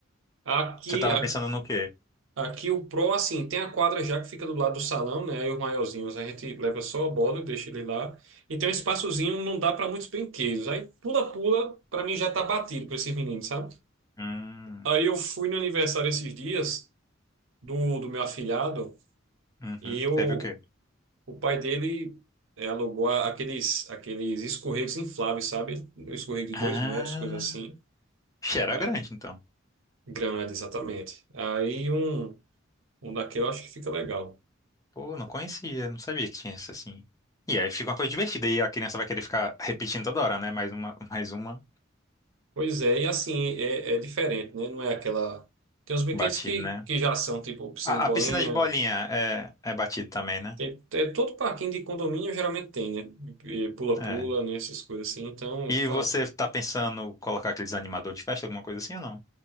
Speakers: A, on the right (about 80°); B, on the left (about 15°).
A: Aqui,
B: Você tava
A: a-
B: pensando no quê?
A: aqui o Pro, assim, tem a quadra já que fica do lado do salão, né? Aí os maiorzinhos a gente leva só a bola, deixa ele lá. E tem um espaçozinho, não dá para muitos brinquedos. Aí pula-pula, para mim já tá batido para esses meninos, sabe?
B: Hum,
A: Aí eu fui no aniversário esses dias do, do meu afilhado
B: uhum.
A: e eu,
B: Teve o quê?
A: o pai dele é, alugou a- aqueles, aqueles escorregos infláveis, sabe? Um escorrego de
B: Ah,
A: dois metros, coisa assim.
B: Ixi, era
A: Ah,
B: grande então.
A: Grande, exatamente. Aí um, um daquele eu acho que fica legal.
B: Pô, não conhecia, não sabia que tinha isso assim. E aí fica uma coisa divertida e a criança vai querer ficar repetindo toda hora, né? Mais uma, mais uma
A: Pois é, e assim, é, é diferente, né? Não é aquela. Tem uns brinquedos
B: batida,
A: que,
B: né?
A: que já são, tipo, piscina
B: A,
A: de bolinha.
B: a piscina de bolinha é, é batida também, né?
A: Tem, é, todo parquinho de condomínio geralmente tem, né? E Pula-pula,
B: É.
A: né? Essas coisas assim. Então,
B: E
A: fala,
B: você tá pensando colocar aqueles animador de festa, alguma coisa assim ou não?